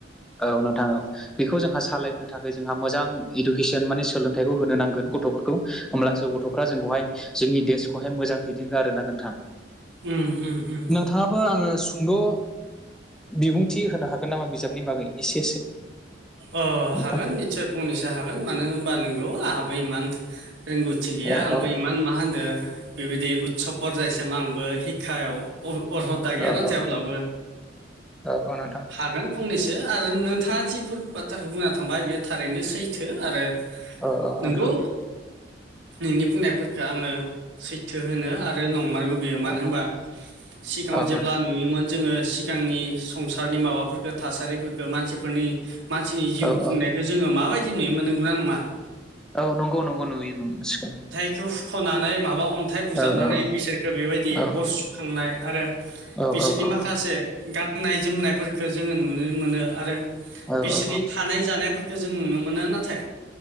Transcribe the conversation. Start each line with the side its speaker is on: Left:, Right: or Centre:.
Centre: औ नोंथां औ। बेखौ जोंहा सालायहो थाखाय जोंहा मोजां इडुकेसन माने सोलोंथाइखौ होनो नांगोन गथ'फोरखौ। होमब्लासो गथ'फ्रा जोंखौहाय जोंनि देशखौहाय मोजां दैदेनगोन आरोना नोंथां।
Right: उम उम उम।
Centre: नोंथांङाबो आङो सुंद' बिबुंथि होनो हागोन नामा बिजाबनि बागै एसेसो?
Right: अ
Centre: नोंथां
Right: हागोन निस्सय फंनैसो हागोन मानो होनोमबा नोंगौ आंहाबो इमान रोंगौथि गैया
Centre: औ
Right: आंबो
Centre: औ
Right: इमान मा होनदों बेबायदि उत्सब परजायसिम आंबो हिक्षायाव अह अर्हथा
Centre: औ
Right: गैया नाथाय
Centre: औ
Right: अब्लाबो
Centre: औ औ नोंथां
Right: हागोन। फंनैसो आरो नोंथाङा जिफोर बाथ्राखौ बुंना थांबाय बेयो थारैनो सैथो आरो
Centre: औ औ
Right: नंगौ।
Centre: नोंथां
Right: नोंनि बुंनायफोरखो आङो सैथो होनो आरो नंमारग। बेयो मानो
Centre: औ
Right: होनबा
Centre: औ
Right: सिगाङाव
Centre: औ
Right: जेब्ला
Centre: नोंथां
Right: नुयोमोन जोङो सिगांनि संसारनि माबाफोरफोरखो थासारिफोरखो मानसिफोरनि मानसिनि जिउ
Centre: औ
Right: खुंनायखौ
Centre: औ
Right: जोङो माबायदि नुयोमोन नंगौ ना नङा?
Centre: औ नंगौ नंगौ नुयो न सिगां
Right: बेखौ सुख'नानै माबा अन्थाइ बुजाबनानै
Centre: औ औ
Right: बिसोरखो बेबायदि
Centre: औ
Right: अर सुखांनाय आरो
Centre: औ
Right: बिसोरनि
Centre: औ औ
Right: माखासे गाननाय जोमनायफोरखौ जोङो नुनो मोनो आरो
Centre: औ
Right: बिसोरनि
Centre: औ
Right: थानाय जानायफोरखौ जों नुनो मोनो नाथाय